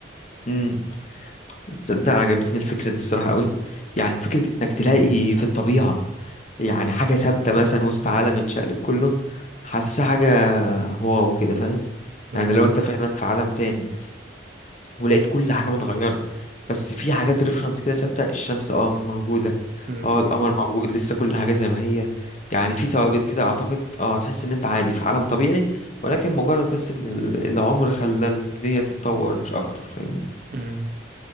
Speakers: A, on the left; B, on the right.
A: امم تصدق عجبتني الفكرة دي الصراحة قوي يعني فكرة إنك تلاقي في الطبيعة يعني حاجة ثابتة مثلا وسط عالم اتشقلب كله حاسة حاجة واو كده فاهم
B: مم.
A: يعني لو انت فعلا في عالم تاني ولقيت كل حاجة متغيرة بس في حاجات ريفرنس كده ثابتة الشمس اه موجودة
B: مم.
A: اه القمر موجود لسه كل حاجة زي ما هي يعني في ثوابت كده اعتقد اه هتحس ان انت عادي في عالم طبيعي ولكن مجرد بس ان ال- العمر خلى الدنيا تتطور مش اكتر فاهمني
B: مم.